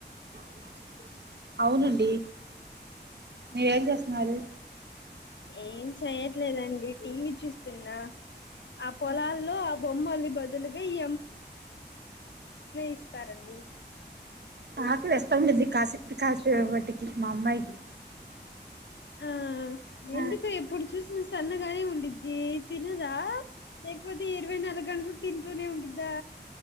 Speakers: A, on the right; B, on the left.
A: ఆ <unintelligible> అవునండి మీరేం చేస్తున్నారు.
B: ఏం చెయ్యట్లేదండి టీవీ చూస్తున్నా, ఆ పొలాల్లో ఆ బొమ్మల్ని బదులుగా ఇ ఇస్తారండి
A: కాకులు ఇస్తా ఉంటుంది కాశపుటి కాసిపు వాటికి మా అమ్మాయికి
B: ఆ
A: <unintelligible>
B: ఎందుకు ఎప్పుడు చూసిన సన్నగానే ఉండిద్ది తినదా లేకపోతే ఇరవై నాలుగు గంటలు తింటూనే ఉండిద్దా